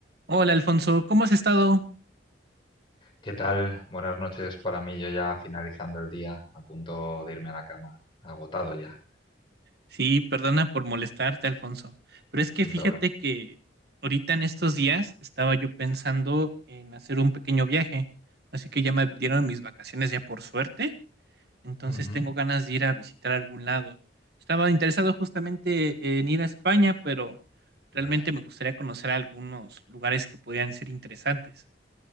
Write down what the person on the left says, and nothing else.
¿Qué tal? Buenas noches para mí, yo ya finalizando el día, a punto de irme a la cama, agotado ya,
sin
problema.
Ujú.
Hombre,